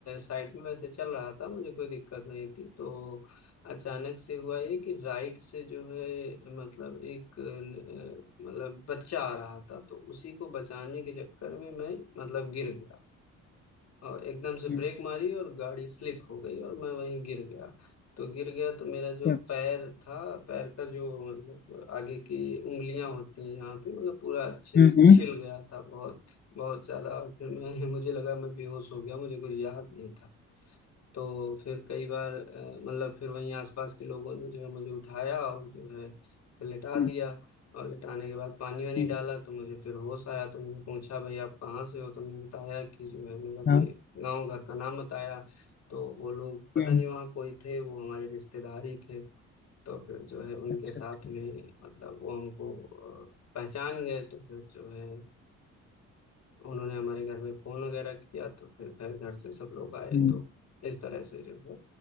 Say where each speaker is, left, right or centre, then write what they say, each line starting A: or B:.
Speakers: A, on the left; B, on the left.
A: साइड में वैसे चल रहा था मुझे कोई दिक्कत नहीं थी तो अचानक से हुआ ये कि राइट से जो है मतलब एक अ, मतलब बच्चा आ रहा था तो उसी को बचाने के चक्कर में मैं मतलब गिर गया और एकदम से
B: हम्म,
A: ब्रेक मारी और गाड़ी स्लिप हो गई और मैं वहीं गिर गया तो गिर गया तो मेरा जो
B: हम्म,
A: पैर था पैर का जो मतलब आगे की उंगलियां होती हैं यहाँ पे मतलब पूरा अच्छे
B: हम्म,
A: से
B: हम्म,
A: छिल गया था बहुत बहुत ज्यादा और फिर मैं <laughs> मुझे लगा मैं बेहोश हो गया मुझे कुछ याद नहीं था तो फिर कई बार अ, मतलब फिर वहीं आसपास के लोगों ने जो है मुझे उठाया और जो है फिर लिटा
B: हम्म,
A: दिया और लिटाने के बाद पानी वानी
B: हम्म,
A: डाला तो मुझे फिर होश आया तो मैंने पूछा भाई आप कहाँ से हो तो मैंने बताया कि जो है मतलब अपने
B: हाँ,
A: गांव घर का नाम बताया तो वो लोग पता
B: हम्म,
A: नहीं वहाँ कोई थे वो हमारे रिश्तेदार ही थे तो फिर जो है उनके
B: अच्छा
A: साथ
B: अच्छा
A: में मतलब वो हमको अ, पहचान गए तो फिर जो है उन्होंने हमारे घर में फोन वगैरह किया तो फिर घर घर से सब लोग आए
B: हम्म,
A: तो इस तरह से जो है